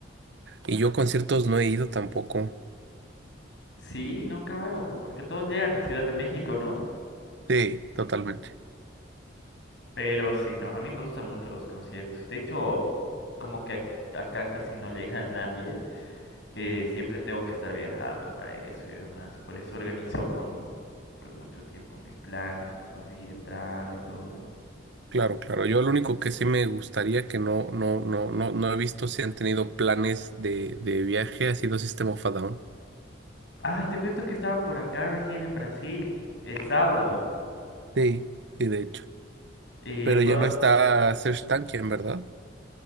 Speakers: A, on the right; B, on the left.
A: Y yo a conciertos no he ido tampoco.
B: Sí, no, qué raro, men, porque todos llegan a Ciudad de México, ¿no?
A: Sí, totalmente.
B: Pero sí, no, a mí me gustan mucho los conciertos. De hecho, como que ac- acá casi no <laughs> llega nadie, eh, siempre tengo que estar viajando para eso y demás. Por eso organizo con, con mucho tiempo mis planes para conseguir entrada y todo, ¿no?
A: Claro, claro. Yo lo único que sí me gustaría que no, no, no, no, no he visto si han tenido planes de, de viaje ha sido System of a Down.
B: Ay, te cuento que estaban por acá recién en Brasil, el sábado.
A: Sí, sí, de hecho.
B: Eh,
A: Pero
B: pro-
A: ya no está Serj Tankian, ¿verdad?